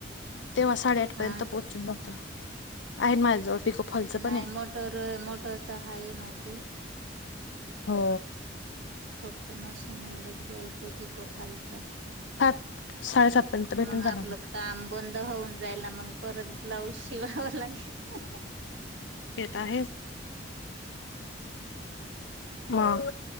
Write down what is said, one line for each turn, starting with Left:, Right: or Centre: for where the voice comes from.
Left: तेव्हा साडेआठपर्यंत
Right: हा
Left: पोहोचून नव्हत. आहेत माझ्याजवळ पिको फॉलचं पण
Right: नाही
Left: आहे
Right: मोटर -मोटर तर हाय माझी
Left: हो
Right: फक्त मशीन एवढंच घ्यायचंय पिको फॉलच-
Left: सात साडेसात पर्यंत भेटून
Right: मग
Left: जाणार
Right: आपलं काम बंद होऊन जाईल ना मंग परत ब्लाऊज शिवावा लागेल
Left: ते त आहेच हम